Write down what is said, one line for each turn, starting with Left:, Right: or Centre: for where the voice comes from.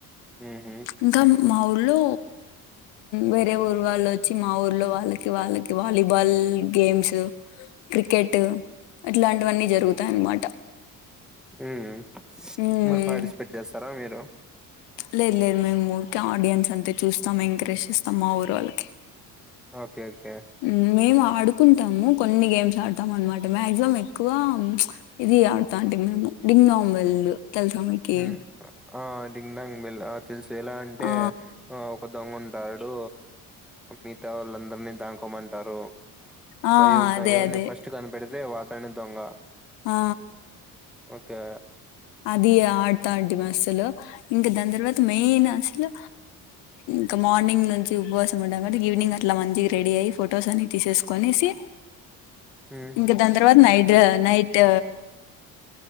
Centre: హుహు.
Left: ఇంకా మా ఊర్లో వేరే ఊరు వాళ్ళు వచ్చి మా ఊర్లో వాళ్ళకి వాళ్ళకి వాలీబాల్ గేమ్స్, క్రికెట్ ఇట్లాంటివన్నీ జరుగుతాయి అన్నమాట
Centre: మీరు
Left: హ్మ్
Centre: మరి పార్టిసిపేట్ చేస్తారా మీరు
Left: లేదు లేదు మేము ఊరికి ఆడియన్స్ అంతే చూస్తాం. ఎంకరేజ్ చేస్తాం మా ఊరు వాళ్ళకి
Centre: ఓకే ఓకే
Left: ఉమ్, మేము ఆడుకుంటాము కొన్ని గేమ్స్ ఆడతాము అనమాట మాక్సిమం ఎక్కువ ఇది ఆడుతా అంటే మేము డింగ్ డాంగ్ బెల్ తెల్సా మీకి
Centre: హ్మ్. ఆ డింగ్ డాంగ్ బెల్ తెలుసు ఎలా అంటే
Left: ఆ
Centre: ఆ ఒక దొంగ ఉంట టాడు మిగతా వాళ్ళందరినీ దాంకోమంటారు.
Left: ఆ
Centre: కొయ్యరు కోయర్ని
Left: అదే అదే
Centre: ఫస్ట్ కనిపెడి తే అతనే దొంగ
Left: ఆ
Centre: ఇకా
Left: అది ఆ డ్ తాంటిమి అసలు ఇంకా దాని తర్వాత మెయిన్ అసలు ఇంకా మార్నింగ్ నుంచి ఉపవాసం ఉన్నప్పటికీ ఈవినింగ్ అట్లా మంచిగా రెడీ అయి ఫొటోస్ అన్ని తీసేసుకొనేసి
Centre: హ్మ్.
Left: ఇంక దాని తర్వాత నై ట్ నైట్